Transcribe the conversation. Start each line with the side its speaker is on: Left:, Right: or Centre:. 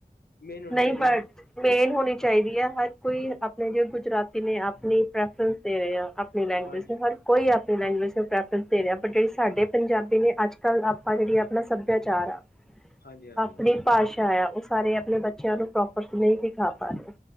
Left: ਮੇਨ ਹੋਣੀ
Centre: ਨਹੀਂ
Left: ਚਾਹੀਦੀ
Centre: ਬਟ
Left: ਹੈ।
Centre: ਮੇਨ ਹੋਣੀ ਚਾਹੀਦੀ ਹੈ ਹਰ ਕੋਈ ਆਪਣੇ ਜ ਗੁਜਰਾਤੀ ਨੇ ਆਪਣੀ ਪ੍ਰੈਫਰੈਂਸ ਦੇ ਰਹੇ ਆ ਆਪਣੀ ਲੈਂਗੁਏਜ
Left: ਹਾਂਜੀ,
Centre: ਨੂੰ ਹਰ ਕੋਈ ਆਪਣੀ ਲੈਂਗੁਏਜ ਨੂੰ ਪ੍ਰੈਫਰੈਂਸ ਦੇ ਰਿਹਾ ਪਰ ਜਿਹੜੀ ਸਾਡੇ ਪੰਜਾਬੀ ਨੇ ਅੱਜ ਕੱਲ ਆਪਾਂ ਜਿਹੜੀ ਆਪਣਾ ਸੱਭਿਆਚਾਰ ਆ
Left: ਹਾਂਜੀ, ਹਾਂਜੀ।
Centre: ਆਪਣੀ ਭਾਸ਼ਾ ਆ ਉਹ ਸਾਰੇ ਆਪਣੇ ਬੱਚਿਆਂ ਨੂੰ ਪ੍ਰਪ ਨਹੀਂ ਸਿਖਾ ਪਾ ਰਹੇ